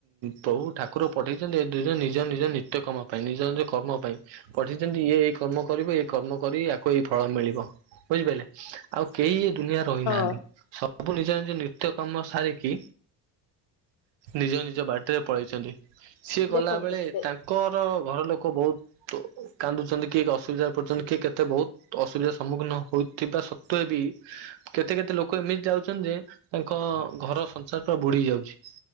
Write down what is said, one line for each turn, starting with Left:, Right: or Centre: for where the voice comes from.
Right: ପ୍ରଭୁ ଠାକୁର ପଠେଇଛନ୍ତି ଏ ଦୁନିଆ ନିଜ ନିଜ ନିତ୍ୟ କମ ପାଇଁ ନିଜ ନିଜ କର୍ମ ପାଇଁ, ପଠିଛନ୍ତି ଇଏ ଏଇ କର୍ମ କରିବ ଏଇ କର୍ମ କରି ଆକୁ ଏଇ ଫଳ ମିଳିବ, ବୁଝିପାରିଲେ ଆଉ କେହି ଦୁନିଆ ରହିନାହାନ୍ତି
Left: ହଁ
Right: ସ ସବୁ ନିଜ ନିଜ ନିତ୍ୟ କର୍ମ ସାରିକି, ନିଜ ନିଜ ବାଟରେ ପଳେଇଛନ୍ତି। ସିଏ ଗଲା
Left: ଦେଖନ୍ତୁ
Right: ବେଳେ
Left: ସେ
Right: ତାଙ୍କର ଘର ଲୋକ ବହୁତ କାନ୍ଦୁଛନ୍ତି, କିଏ ଅସୁବିଧା ପର୍ଯ୍ୟନ୍ତ କିଏ କେତେ ବହୁତ ଅସୁବିଧା ସମ୍ମୁଖୀନ ହେଉଥିବା ସତ୍ତ୍ୱେ ବି କେତେ କେତେ ଲୋକ ଏମିତି ଯାଉଛନ୍ତି ଯେ, ତାଙ୍କ ଘର ସଂସାର ପୁରା ବୁଡି ଯାଉଛି।